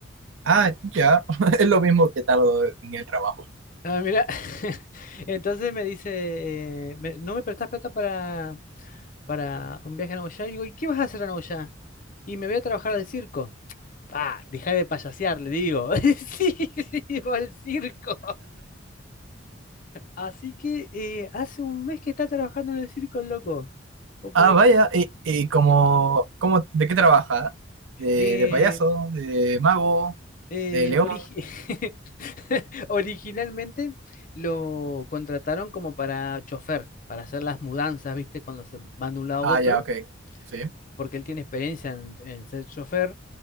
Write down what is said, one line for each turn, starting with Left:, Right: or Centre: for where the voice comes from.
Right: Ah, ya. <laughs> Es lo mismo que tardo en el trabajo.
Left: Ah, mira, <laughs> entonces me dice, eh, me- ¿no me prestás plata para, para un viaje a Nagoya? Y digo, ¿y qué vas a hacer a Nagoya? Y me voy a trabajar al circo. Pa, deja de payasear, le digo. <laughs> Sí, sí, va al circo. Así que eh, hace un mes que está trabajando en el circo, el loco. ¿Vos podés
Right: Ah, vaya.
Left: creer?
Right: ¿Y, y como, como, de qué trabaja? ¿De,
Left: Eh,
Right: de payaso? ¿De mago?
Left: Eh,
Right: ¿De león?
Left: origi- <laughs> Originalmente lo contrataron como para chofer, para hacer las mudanzas, ¿viste? Cuando se van de un lado a
Right: Ah,
Left: otro,
Right: ya, ok. Sí.
Left: porque él tiene experiencia en, en ser chofer,